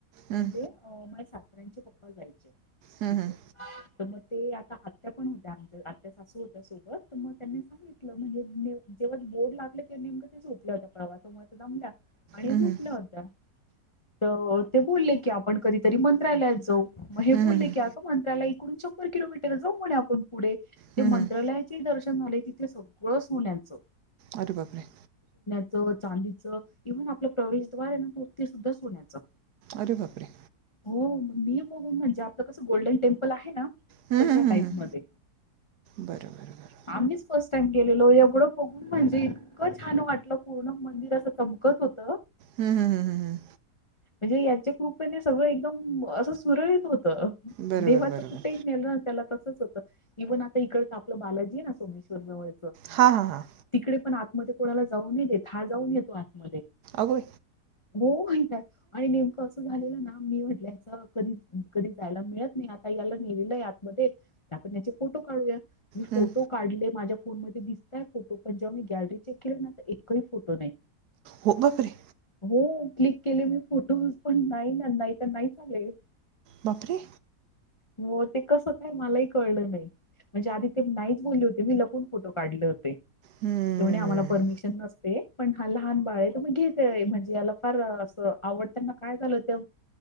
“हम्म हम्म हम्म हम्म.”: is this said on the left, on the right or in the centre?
Right